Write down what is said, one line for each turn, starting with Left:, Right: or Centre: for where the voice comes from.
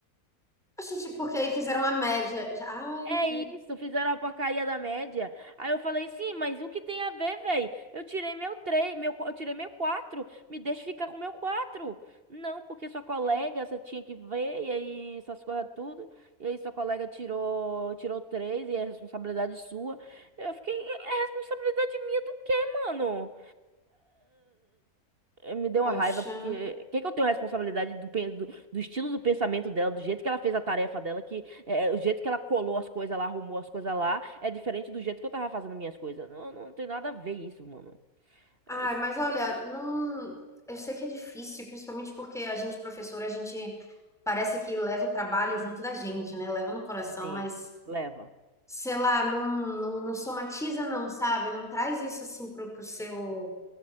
Centre: A gente, porque aí fizeram a média. Já- Ai,
Right: É
Centre: que
Right: isso, fizeram a porcaria da média. Aí eu falei, sim, mas o que tem a ver, velho? Eu tirei meu 3, meu, qu- eu tirei meu 4, me deixa ficar com meu 4? Não, porque sua colega, você tinha que ver, e aí essas coisas tudo. E aí sua colega tirou, tirou 3 e é responsabilidade sua. Eu fiquei, é responsabilidade minha do quê, mano? Eh, Me deu
Centre: poxa.
Right: uma raiva, porque... Que que eu tenho responsabilidade do, pen- do, do estilo do pensamento dela, do jeito que ela fez a tarefa dela, é, o jeito que ela colou as coisas lá, arrumou as coisas lá, é diferente do jeito que eu tava fazendo minhas coisas. Não, não tem nada a ver isso, mano.
Centre: Ai,
Right: É,
Centre: mas olha, não, eu sei que é difícil, principalmente porque a gente professora, a gente parece que leva o trabalho junto da gente, né? Leva no coração,
Right: sim,
Centre: mas
Right: leva.
Centre: sei lá, não, não, não somatiza não, sabe? Não traz isso assim pro, pro seu,